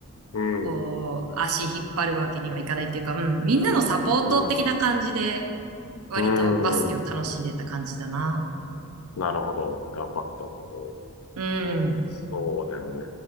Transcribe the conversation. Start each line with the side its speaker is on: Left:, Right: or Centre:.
Left: うん。
Right: こう、
Left: うん。
Right: 足引っ張るわけにはいかないっていうか、うん、みんなのサポート的な感じで、
Left: う
Right: 割とバスケを楽しんでた感じだな。
Left: ん。うん。なるほど。頑張ったんだね。
Right: うん。
Left: そうだよね。